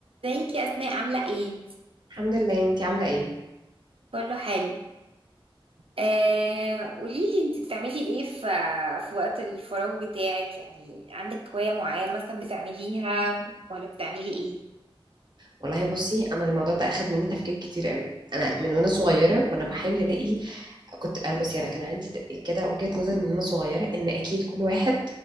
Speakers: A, on the right (about 75°); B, on the right (about 50°).
A: ازيك يا اسماء عامله ايه
B: الحمد لله انتي عامله ايه
A: كله حلو آه قوليلي انت بتعملي ايه في في وقت الفراغ بتاعك يعني عندك هوايه معينه مثلا بتعمليها ولا بتعملي ايه
B: والله بصي انا الموضوع ده اخد مني تفكير كتير قوي انا من وانا صغيره وانا بحاول الاقي كنت انا بصي انا كان عندي ت- كده وجهه نظر من وانا صغيره ان اكيد كل واحد